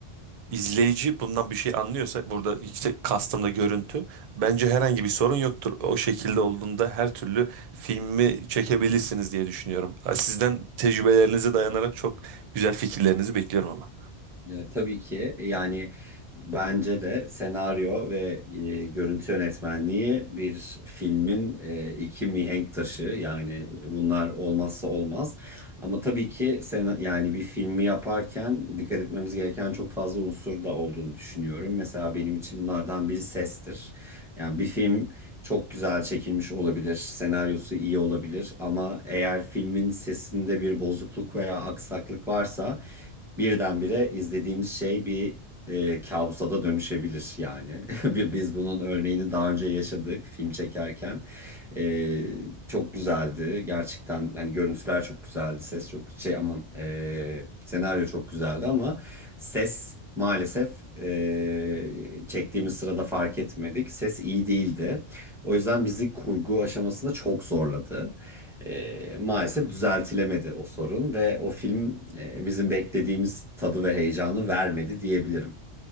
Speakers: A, on the right; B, in the centre.
A: izleyici bundan bir şey anlıyorsa burada işte kastımda görüntü bence herhangi bir sorun yoktur. O şekilde olduğunda her türlü filmi çekebilirsiniz diye düşünüyorum. Sizden tecrübelerinize dayanarak çok güzel fikirlerinizi bekliyorum ama.
B: Ya, tabii ki yani bence de senaryo ve e, görüntü yönetmenliği bir filmin e, iki mihenk taşı yani bunlar olmazsa olmaz. Ama tabii ki sen, yani bir filmi yaparken dikkat etmemiz gereken çok fazla unsur da olduğunu düşünüyorum. Mesela benim için bunlardan biri sestir. Yani bir film çok güzel çekilmiş olabilir, senaryosu iyi olabilir ama eğer filmin sesinde bir bozukluk veya aksaklık varsa birdenbire izlediğimiz şey bir e, kabusa da dönüşebilir yani. <laughs> Bi- Biz bunun örneğini daha önce yaşadık film çekerken. E, çok güzeldi gerçekten hani görüntüler çok güzeldi ses çok şey aman e, senaryo çok güzeldi ama ses maalesef e, çektiğimiz sırada fark etmedik ses iyi değildi. O yüzden bizi kurgu aşamasında çok zorladı. E, maalesef düzeltilemedi o sorun ve o film e, bizim beklediğimiz tadı ve heyecanı vermedi diyebilirim.